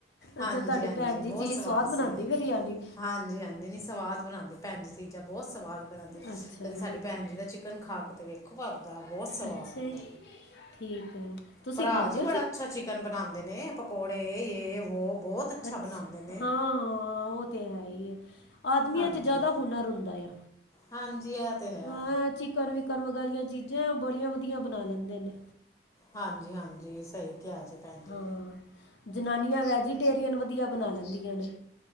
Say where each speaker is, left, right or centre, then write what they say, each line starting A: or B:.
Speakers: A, on the left; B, on the left.
A: ਹਾਂਜੀ
B: ਅੱਛਾ ਤੁਹਾਡੀ
A: ਹਾਂਜੀ
B: ਭੈਣ
A: ਬਹੁਤ
B: ਜੀ ਚੀਜ਼
A: ਸਵਾਦ ਸੀ
B: ਬਣਾਉਂਦੀ ਫਿਰ ਯਾਨੀ
A: ਹਾਂਜੀ ਹਾਂਜੀ ਨੀ ਸਵਾਦ ਬਣਾਉਂਦੇ ਭੈਣਜੀ ਜਾ ਬੋਸ ਸਵਾਦ ਬਣਉਂਦੀ
B: ਅੱਛਾ
A: ਕਦੇ ਸਾਡੀ ਭੈਣ
B: ਅੱਛਾ
A: ਜੀ ਦਾ ਚਿਕਨ ਖਾ ਕਿਤੇ ਵੇਖੋ ਭਰਦਾ ਬਹੁਤ ਸਵਾਦ
B: ਅੱਛਾ
A: ਹੁੰਦਾ
B: ਜੀ ਠੀਕ ਹੈ ਤੁਸੀਂ
A: ਭਰਾ
B: ਖਾਂਦੇ
A: ਜੀ ਬੜਾ
B: ਹੋ
A: ਅੱਛਾ ਚਿਕਨ ਬਣਾਉਂਦੇ ਨੇ ਕੋੜੇ ਏ ਵੋ ਬਹੁਤ ਅੱਛਾ
B: ਹਾਂ
A: ਬਣਾਉਂਦੇ ਨੇ
B: ਹਾਂ ਉਹ ਤੇ ਹੈ ਹੀ <inaudible> ਆਦਮੀਆਂ
A: ਹਾਂਜੀ
B: ਚ ਜ਼ਿਆਦਾ ਹੁਨਰ ਹੁੰਦਾ ਐ,
A: ਹਾਂਜੀ ਇਹ ਤੇ ਹੈ
B: ਅਹ ਚਿਕਨ ਵਿੱਚ ਘਰ ਵਗਾ ਦੀਆਂ ਚੀਜ਼ਾਂ ਉਹ ਬੜੀਆਂ ਵਧੀਆ ਬਣਾ ਲੈਂਦੇ ਨੇ।
A: ਹਾਂਜੀ ਹਾਂਜੀ ਸਹੀ ਕਿਹਾ ਜੇ ਭੈਣ
B: ਹਾਂ
A: ਜੀ।
B: ਜਨਾਨੀਆਂ ਵੈਜੀਟੇਰੀਅਨ ਵਧੀਆ ਬਣਾ ਲੈਂਦੀਆਂ ਨੇ।